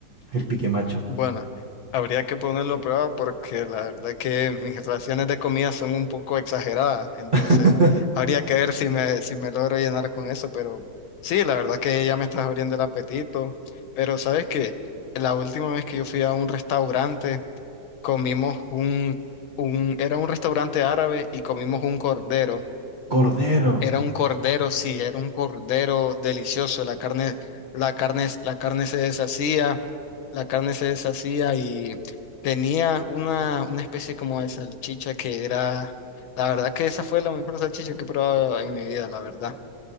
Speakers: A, on the right; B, on the left.
A: el pique macho.
B: bueno, habría que ponerlo a prueba porque la verdad que mis raciones de comida son un poco exageradas. Entonces,
A: <laughs>
B: habría que ver si me, si me logro llenar con eso. Pero sí, la verdad que ya me estás abriendo el apetito. Pero ¿sabes que La última vez que yo fui a un restaurante, comimos un, un, era un restaurante árabe y comimos un cordero.
A: Cordero.
B: Era un cordero, sí, era un cordero delicioso. La carne, la carne, la carne se deshacía, la carne se deshacía y tenía una, una especie como de salchicha que era, la verdad que esa fue la mejor salchicha que he probado en mi vida, la verdad.